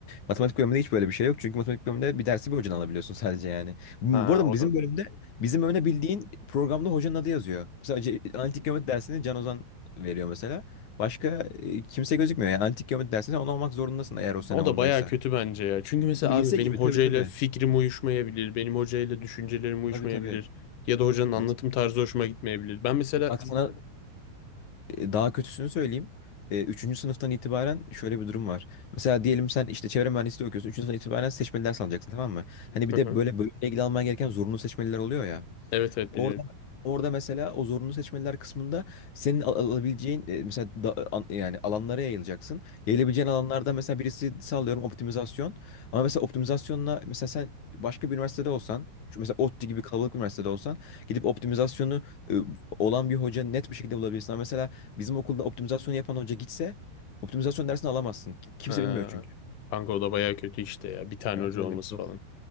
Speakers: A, on the left (about 45°); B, on the left (about 65°).
A: Matematik bölümünde hiç böyle bir şey yok. Çünkü matematik bölümünde bir dersi bir hocadan alabiliyorsun sadece yani. Bu
B: Ha
A: bu arada
B: o
A: bizim
B: da.
A: bölümde bizim bölümde bildiğin programda hocanın adı yazıyor. Mesela ce- analitik geometri dersini Can Ozan veriyor mesela. Başka e, kimse gözükmüyor. Yani analitik geometri dersinde onu olmak zorundasın eğer o sene
B: O
A: ondaysa.
B: da bayağı kötü bence ya. Çünkü mesela
A: Tabii
B: abi
A: lise
B: benim
A: gibi
B: hocayla
A: tabii tabii.
B: fikrim uyuşmayabilir. Benim hocayla düşüncelerim uyuşmayabilir.
A: Tabii tabii.
B: Ya da hocanın anlatım
A: Mes-
B: tarzı hoşuma gitmeyebilir. Ben mesela...
A: Bak sana e, daha kötüsünü söyleyeyim. E, Üçüncü sınıftan itibaren şöyle bir durum var. Mesela diyelim sen işte çevre mühendisliği okuyorsun. Üçüncü sınıftan itibaren seçmeli ders alacaksın tamam mı? Hani
B: Hı
A: bir de
B: hı.
A: böyle bölümle ilgili alman gereken zorunlu seçmeliler oluyor ya.
B: Evet evet
A: Orada
B: biliyorum.
A: orada mesela o zorunlu seçmeliler kısmında senin al- alabileceğin e, mesela da- an- yani alanlara yayılacaksın. Yayılabileceğin alanlarda mesela birisi sağlıyorum optimizasyon. Ama mesela optimizasyonla mesela sen başka bir üniversitede olsan şu mesela ODTÜ gibi kalabalık bir üniversitede olsan gidip optimizasyonu e, olan bir hoca net bir şekilde bulabilirsin. Ama mesela bizim okulda optimizasyonu yapan hoca gitse optimizasyon dersini alamazsın. Kim- Kimse
B: Ha,
A: bilmiyor çünkü.
B: kanka o da baya kötü işte ya. Bir tane
A: Evet
B: hoca
A: öyle.
B: olması falan.